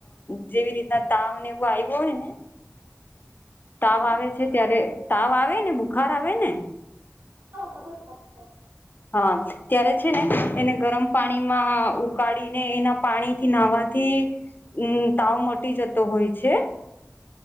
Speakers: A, on the left (about 40°); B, on the right (about 50°).
A: જેવી રીતના તાવને એવું આવ્યું હોય ને. તાવ આવે
B: હા
A: છે, ત્યારે તાવ આવે ને બુખાર આવેને.
B: હવ ખબર છે.
A: હા ત્યારે છે, ને એને ગરમ પાણીમાં ઉકાળીને એના પાણીથી નાહવાથી. તાવ મટી જતો હોય છે,